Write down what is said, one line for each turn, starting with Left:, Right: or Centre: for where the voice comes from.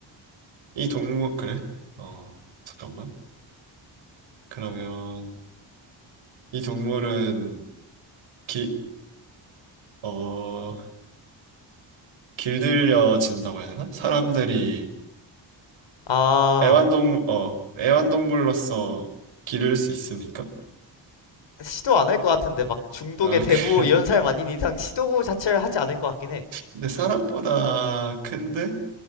Right: 이 동물 그래? 어,
Left: 음.
Right: 잠깐만. 그러면 이 동물은 기, 어, 길들여진다고 해야 되나? 사람들이
Left: 아,
Right: 애완동, 어, 애완동물로서 기를 수 있으니까.
Left: 시도 안 할 것 같은데 막 중동의
Right: 아,
Left: 대부
Right: <laughs> 그래.
Left: 이런 사람 아닌 이상 시도 자체를 하지 않을 것 같긴 해.
Right: 근데 사람보다 큰데?